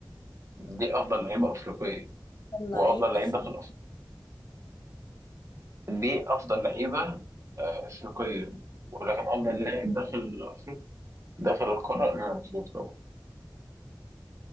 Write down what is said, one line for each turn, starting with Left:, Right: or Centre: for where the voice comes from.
Right: دي افضل لعيبه افريقيه
Left: افضل لعيب
Right: وافضل لعيب
Left: افريقيا
Right: داخل افريقيا دي افضل لعيبه آه، افريقيه ولكن افضل لاعب داخل افريقيا داخل القاره امام عاشور طبعا